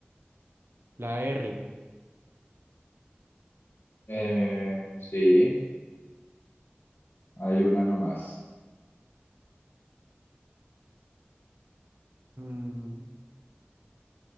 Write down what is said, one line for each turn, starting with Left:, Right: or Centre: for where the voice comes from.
Right: la R,
Left: Eh, sí, hay una nomás.
Right: mm,